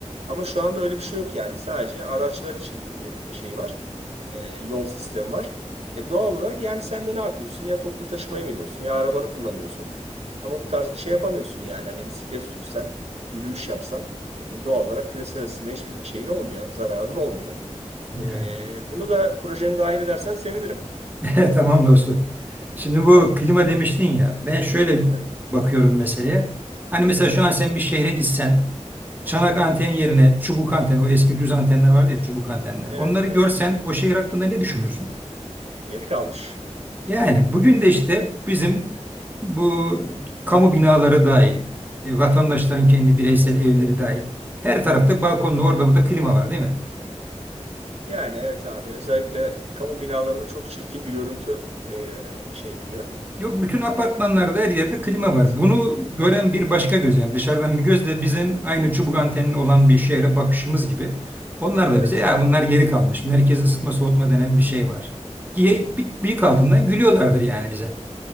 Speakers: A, on the right (about 60°); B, on the right (about 15°).
A: Ama şu anda öyle bir şey yok yani. Sadece araçlar için bir e, şey var. E, yol sistemi var. E, doğal olarak yani sen de ne yapıyorsun? Ya toplu taşımaya biniyorsun ya arabanı kullanıyorsun. Ama bu tarz bir şey yapamıyorsun yani. Hani bisiklet sürsen, yürüyüş yapsan e, doğal olarak küresel ısınmaya hiçbir şeyin olmuyor, zararın olmuyor. E,
B: yani.
A: bunu da projene dahil edersen sevinirim.
B: <laughs> Tamam dostum. Şimdi bu klima demiştin ya. Ben şöyle
A: Evet,
B: bakıyorum meseleye. Hani mesela şu an sen bir şehre gitsen Çanak anten yerine çubuk anten, o eski düz antenler vardı ya çubuk antenler.
A: evet,
B: Onları
A: evet.
B: görsen o şehir hakkında ne düşünürsün?
A: Geri kalmış.
B: Yani bugün de işte bizim bu kamu binaları dahil, e, vatandaşların kendi bireysel evleri dahil. Her tarafta balkonda orada burada klima var değil mi?
A: Yani evet abi özellikle kamu binalarında çok çirkin bir görüntü e, şey yapıyor.
B: Yok bütün
A: E,
B: apartmanlarda her yerde klima
A: evet.
B: var. Bunu gören bir başka göz yani dışarıdan bir göz de bizim aynı çubuk antenli olan bir şehre bakışımız gibi. Onlar
A: Evet.
B: da bize ya bunlar geri kalmış. merkez ısıtma soğutma denen bir şey var. Diye bi- bıyık altından gülüyorlardır yani bize.